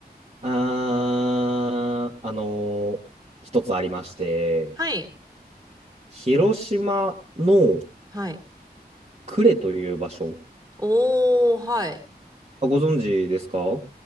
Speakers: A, on the right; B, on the right.
A: あー、あのー一つありまして、
B: はい。
A: 広島の
B: はい。
A: 呉という場所、
B: おー、はい。
A: あ、ご存知ですかは